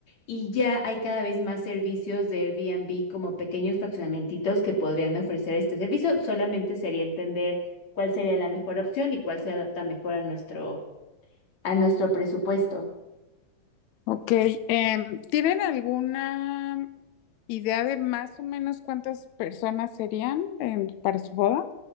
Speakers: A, on the left (about 55°); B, on the left (about 75°).
A: Y ya hay cada vez más servicios de Airbnb como pequeños fraccionamentitos que podrían ofrecer este servicio. Solamente sería entender cuál sería la mejor opción y cuál se adapta mejor a nuestro, a nuestro presupuesto.
B: Ok, em, ¿tienen alguna idea de más o menos cuántas personas serían en- para su boda?